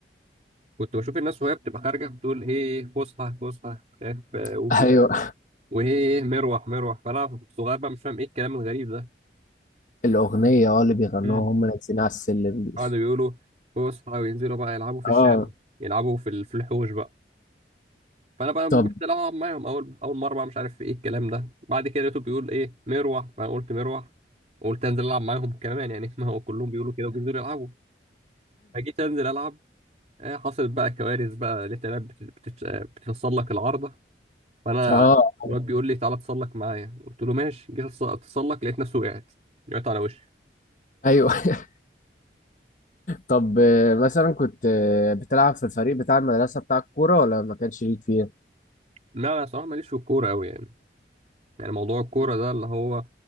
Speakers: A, on the right; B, on the left.
A: كنت بشوف الناس وهي بتبقى خارجه بتقول ايه فسحه فسحه مش عارف آه،
B: <laughs>
A: وفي
B: ايوه
A: الآخر، وايه مروح مروح فانا صغير بقى مش فاهم ايه الكلام الغريب ده
B: الأغنية اه اللي بيغنوها
A: امم
B: هم نازلين على السلم دي
A: قعدوا يقولوا فسحه وينزلوا بقى يلعبوا في
B: اه
A: الشارع يلعبوا في ال- في الحوش بقى فانا بقى
B: طب
A: بدات العب معاهم اول اول مره بقى مش عارف ايه الكلام ده بعد كده لقيته بيقول ايه مروح فانا قلت مروح قلت انزل العب معاهم كمان يعني <laughs> ما هو كلهم بيقولوا كده وبينزلوا يلعبوا فجيت انزل العب آه، حصلت بقى كوارث بقى لقيت العيال بت- بتت- آه، بتتسلق العارضه فانا
B: اه
A: الواد بيقول لي تعالى اتسلق معايا قلت له ماشي جيت أتس- اتسلق لقيت نفسي وقعت وقعت على وشي
B: ايوه <laughs> طب آه، مثلا كنت آه، بتلعب في الفريق بتاع المدرسة بتاع الكورة ولا ما كانش ليك فيه؟
A: لا انا صراحه ماليش في الكوره قوي يعني يعني موضوع الكورة ده اللي هو